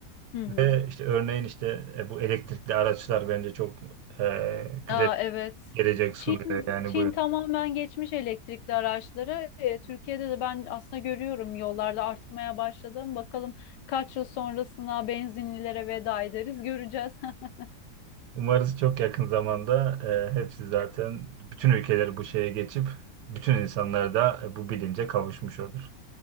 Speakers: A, on the left; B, on the right.
A: hı hı.
B: Ve işte örneğin işte e, bu elektrikli araçlar bence çok e, güzel
A: Aa, evet.
B: bir gelecek
A: Çin
B: sunuyor yani
A: Çin
B: bu.
A: tamamen geçmiş elektrikli araçlara. Ee, Türkiye'de de ben aslında görüyorum yollarda artmaya başladım. Bakalım kaç yıl sonrasına benzinlilere veda ederiz göreceğiz. <laughs>
B: Umarız çok yakın zamanda e, hepsi zaten bütün ülkeler bu şeye geçip bütün insanlar da e, bu bilince kavuşmuş olur.